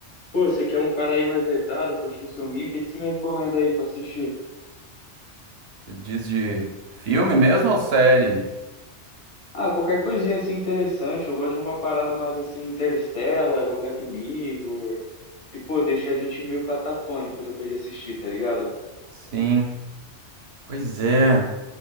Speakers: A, on the left (about 75°); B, on the right (about 65°).
A: Pô, você quer um cara aí mais letrado, curtindo seu filminho, o que que você me recomenda aí pra assistir?
B: Tu diz de filme mesmo ou série?
A: Ah, qualquer coisinha assim interessante. Eu gosto de uma parada mais assim, Interstellar ou Black Mirror, que, pô, deixa a gente meio catatônico depois de assistir, tá ligado?
B: Sim. Pois é.